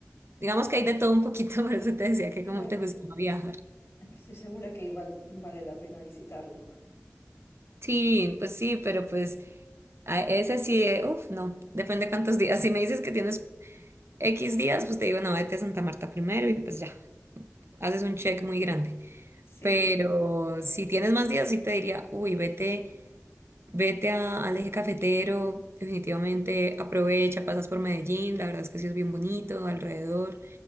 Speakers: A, on the right; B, on the left.
A: digamos que hay de todo un poquito, <laughs> por eso te decía que
B: Claro.
A: como te gustaba viajar.
B: Estoy segura que igual vale la pena visitarlo.
A: Sí, pues sí, pero pues a ese sí, uff, no, depende cuántos días. Si me dices que tienes X días, pues te digo, no, vete a Santa Marta primero y pues ya, haces un check muy grande.
B: Sí.
A: Pero si tienes más días, sí te diría, uy, vete, vete a- al eje cafetero, definitivamente aprovecha, pasas por Medellín, la verdad es que sí es bien bonito alrededor.